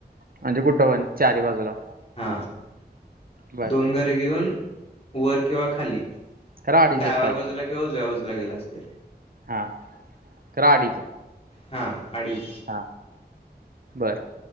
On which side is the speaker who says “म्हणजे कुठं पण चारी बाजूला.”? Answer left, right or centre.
Right